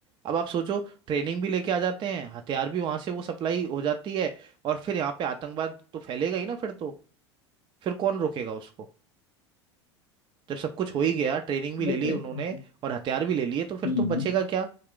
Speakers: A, on the right (about 30°); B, on the left (about 80°).
A: अब आप सोचो ट्रेनिंग भी लेके आ जाते हैं हथियार भी वहां से वो सप्लाई हो जाती है और फिर यहाँ पे आतंकवाद तो फैलेगा ही ना फिर तो फिर कौन रोकेगा उसको जब सब कुछ हो ही गया ट्रेनिंग भी
B: वो
A: ले ली
B: देखते
A: उन्होंने
B: हैं
A: और हथियार भी ले लिए तो फिर
B: हम्म
A: तो बचेगा क्या